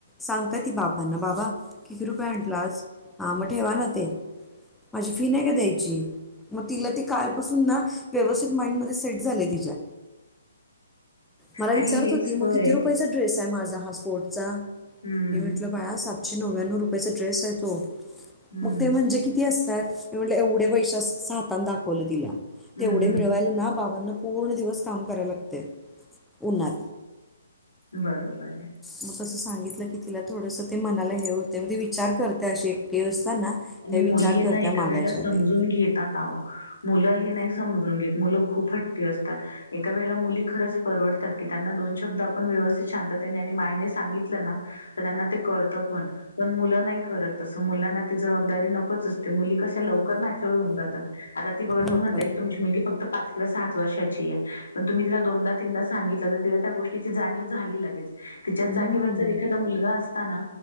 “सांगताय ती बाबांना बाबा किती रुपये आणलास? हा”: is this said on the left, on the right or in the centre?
Centre